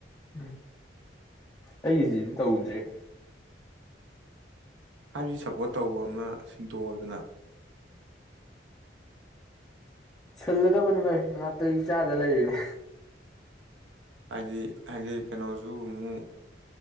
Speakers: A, on the left; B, on the right.
A: ꯎꯝ ꯑꯩꯒꯤꯁꯤꯗꯤ ꯇꯧꯗ꯭ꯔꯦ
B: ꯍꯥꯏꯕꯁꯤ ꯁꯞꯄꯣꯔꯠ ꯇꯧꯕ ꯑꯃ ꯁꯤꯟꯇꯣꯛꯑꯗꯅ
A: ꯁꯤꯜꯂꯗꯕꯅꯤ ꯚꯥꯏ ꯃꯅꯥꯇꯩ ꯆꯥꯗ ꯂꯩꯔꯤꯅꯦ
B: ꯍꯥꯏꯗꯤ ꯍꯥꯏꯗꯤ ꯀꯩꯅꯣꯁꯨ ꯑꯃꯨꯛ